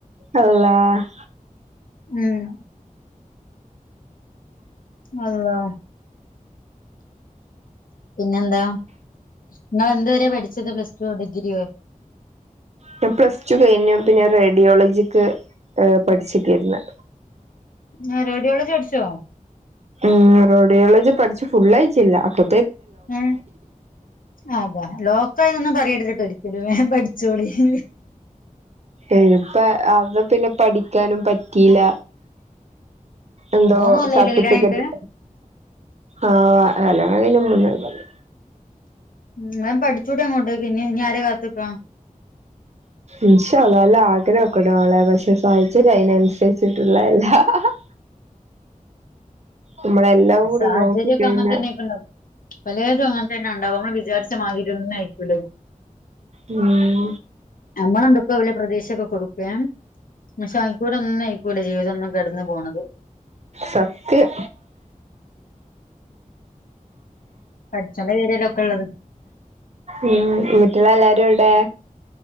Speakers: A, on the right; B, on the left.
A: അള്ളാഹ്
B: ഉം അള്ളാ പിന്നെന്താ ഇങ്ങളെന്ത് വരേ പഠിച്ചത് പ്ലസ്റ്റൊ. ഡിഗ്രിയോ?
A: ഞാൻ പ്ലസ് ടു കെഴിഞ്ഞു. പിന്നെ റേഡിയോളജിക്ക് പഠിച്ച്ക്കേരുന്നു.
B: ഏഹ് റേഡിയോളജി പടിച്ചോ.
A: ഉം റോഡിയോളജി പഠിച്ചു ഫുള്ളായിച്ചില്ല അപ്പൊ
B: ഏഹ് ആതാ ലോക്കായിയെന്നോന്നും പറയരുത് പേടി രി വേം പഠിച്ചോളീ <inaudible>
A: ഹ് ഇപ്പ അവ്ടെ പിന്നെ പഠിക്കാനും പറ്റിയില്ല. എന്തോ?
B: മൂന്ന് കൊല്ലം
A: സറ്ട്ടിപ്പികെറ്റ്
B: ആയില്ലേ കല്യാണം കഴിഞ്ഞിട്ട്
A: ആഹ് അല അതിന് മുന്നേ വന്ന്
B: ഉം വേം പഠിച്ചൂടി അങ്ങോട്ടേക്ക് ഇനി ഞ് ആരെ കാത്ത്ക്കാ
A: ഇൻഷ ഹള്ളാ അലാ ആഗ്രഹൊക്കെണ്ട് വാളെ പക്ഷെ സാഹചര്യം അയ്നൻസരിച്ചിട്ടുള്ളല്ലാ ഹ ഹ നമ്മളെല്ലാം കൂടി
B: സാഹചര്യക്കെ
A: നോക്കിക്കഴിഞ്ഞ
B: അങ്ങെൻ തന്നെ ആയ്ക്ക്ണ്. പലേതും അങ്ങൻ തന്നെയ മ്മൾ വിചാരിച്ച മാതിരി ഒന്നും ആയിക്കൂല
A: ഉം
B: അമ്മളെ എന്തൊക്കെയോ വല്യ പ്രതീശയൊക്കെ കൊടുക്കേ പക്ഷെ ആയി കൂടെ ഒന്നും ആയിക്കൂല ജീവിതം ഒന്നും കടന്നു പോണത്.
A: സത്യം
B: പടച്ചോന്റെ പേരിലൊക്കെ ഉള്ളത്
A: ഉം വീട്ടിലെ എല്ലാരും ഔടെ?